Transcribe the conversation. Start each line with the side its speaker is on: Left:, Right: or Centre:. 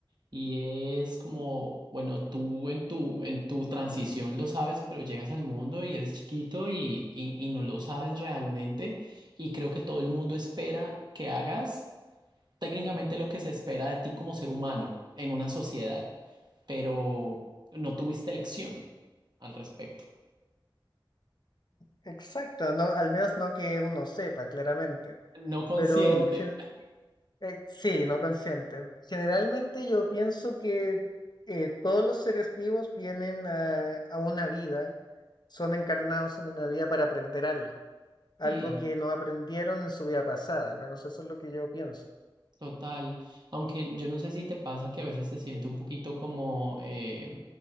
Right: y es como, bueno, tú en tu, en tu transición lo sabes, pero llegas al mundo y eres chiquito y, y y no lo sabes realmente y creo que todo el mundo espera que hagas técnicamente lo que se espera de ti como ser humano en una sociedad, pero no tuviste elección al respecto.
Left: Exacto, no, al menos no que uno sepa, claramente.
Right: No consciente.
Left: Pero gen- eh, sí, no consciente. Generalmente yo pienso que eh, todos los seres vivos vienen a, a una vida, son encarnados en una vida para aprender algo, algo
Right: Sí,
Left: que no aprendieron en su vida pasada, al menos eso es lo que yo pienso.
Right: total. Aunque yo no sé si te pasa que a veces se siente un poquito como eh,